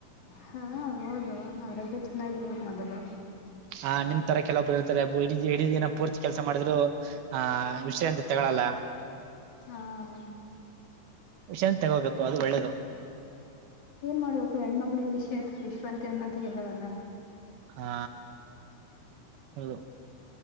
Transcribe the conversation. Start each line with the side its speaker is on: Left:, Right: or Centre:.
Left: ಹಾಂ ಹೌದು ಆರೋಗ್ಯ ಚೆನ್ನಾಗಿರ್ಬೇಕೋದು ಮೊದಲು
Right: ಹ ನಿಮ್ ತರ ಕೆಲೊಬ್ರು ಇರ್ತಾರೆ ಇಡ ಇಡೀ ದಿನ ಪೂರ್ತಿ ಕೆಲಸ ಮಾಡಿದ್ರು ಆ ವಿಷಯ ಅಂತ ತಗ ಲ್ಲಾ
Left: ಹಾಂ
Right: ವಿಷನ್ ತಗೋಬೇಕು ಅದು ಒಳ್ಳೇದು
Left: ಮಾಡ್ಬೇಕು ಹೆಣ್ಮಕ್ಳಿಗೆ ವಿಷಯ ವಿಶ್ರಾಂತಿ ಅನ್ನೋದೇ ಇಲ್ಲವಲ್ಲ
Right: ಹಾ ಹೌದು